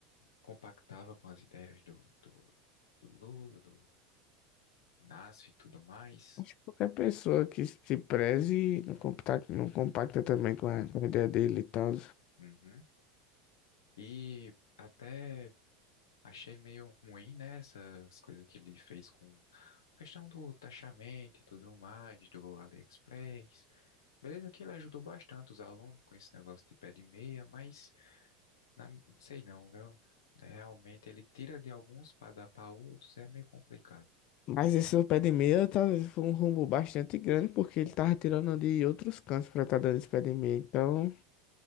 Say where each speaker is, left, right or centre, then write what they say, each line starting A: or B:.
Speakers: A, on the left; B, on the left.
A: compactava com as ideias do, do do Lula, do nasce e tudo mais.
B: Acho que qualquer pessoa que se preze não compacta, não compacta também com a, com a ideia dele e tal.
A: Uhum. E até achei meio ruim, né, essas coisas que ele fez com a questão do taxamento e tudo mais, do AliExpress. Beleza que ele ajudou bastante os alunos com esse negócio de pé de meia, mas na, sei não, viu? É, Realmente ele tira de alguns para dar para outros, é meio complicado.
B: Mas esse seu pé de meia talvez foi um rumbo bastante grande, porque ele
A: Bom,
B: tava tirando de outros cantos pra estar dando esse pé de meia. Então,